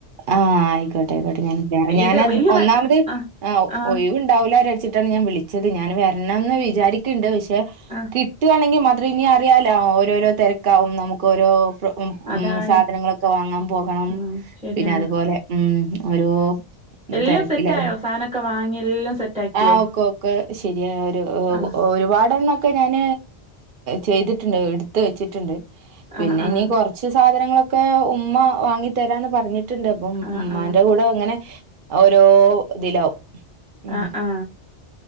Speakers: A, on the right; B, in the centre.
A: ആഹ ആയിക്കോട്ടെ ആയിക്കോട്ടെ ഞാൻ കേറാ ഞാന
B: ഇത് വലിയ
A: ഒന്നാമത്
B: പ ആഹ്
A: ആ
B: ആഹ്
A: ഒഴിവൂണ്ടാവൂല <unintelligible> ഞാൻ വിളിച്ചത് ഞാൻ വരണന്ന് വിചാരിക്ക്ണ്ട് പക്ഷെ
B: ആഹ്
A: കിട്ടുകയാണെങ്കിൽ <inaudible> <unintelligible> ഇനി അറിയാലോ ഓരോരോ തെരക്കാവും നമുക്കോരോ <unintelligible> മ്
B: അതാണ്
A: മ് സാധനങ്ങളൊക്കെ വാങ്ങാൻ പോകണം
B: ഉം ശരിയാണ്
A: പിന്നെ അതുപോലെ മ് ഓരോ
B: എല്ലാം
A: തെരിക്കിലാവും
B: സെറ്റായോ സാനൊക്കെ വാങ്ങി എല്ലാം സെറ്റാക്കിയോ
A: ആ ഓക്കെ ഓക്കെ ശരിയ ഒരു <unintelligible>
B: ആഹ്
A: ഒരുപാടെണ്ണം <unintelligible> ഞൻ ചെയ്തിട്ട്ണ്ട് ഇട്ത്ത് വെച്ചിട്ട്ണ്ട് പിന്നെ
B: ആഹ് ആഹ്
A: ഇനി കൊർച് സാധന ങ്ങളൊക്കെ ഉമ്മ വാങ്ങി തരാന്ന് പറഞ്ഞി <unintelligible> ണ്ട് അപ്പം
B: ആഹ്
A: ഉമ്മാന്റെ
B: ആഹ്
A: കൂടെ ഇങ്ങനെ ഓരോ ഇതിലാവും ഉം
B: ആ ആ